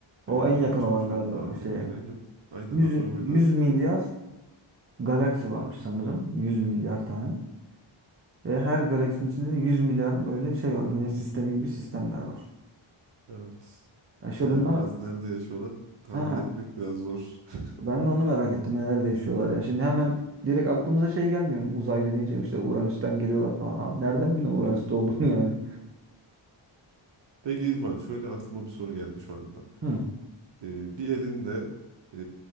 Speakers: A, on the right (about 30°); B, on the right (about 60°).
A: O
B: Ee,
A: en yakın
B: başka
A: olan
B: şu
A: galiba
B: anda aklıma
A: şeye.
B: gelen yok. Aynen
A: 100,
B: Andromeda
A: 100 milyar galaksi varmış sanırım. 100 milyar tane. Ve her galaksinin içinde de 100 milyar böyle şey var. Güneş sistemi gibi sistemler var.
B: evet.
A: Ya İşte
B: Yani
A: bunlar
B: biraz nerede yaşıyorlar tahmin
A: He,
B: etmek biraz zor. <laughs>
A: Ben de onu merak ettim. Neler değişiyorlar yani. Şimdi hemen direkt aklımıza şey gelmiyor mu? Uzaylı deyince işte Uranüs'ten geliyorlar falan. Abi nereden biliyorsun Uranüs'te olduğunu yani?
B: Peki İrfan şöyle aklıma bir soru geldi şu anda.
A: Hı,
B: Ee, bir elinde e,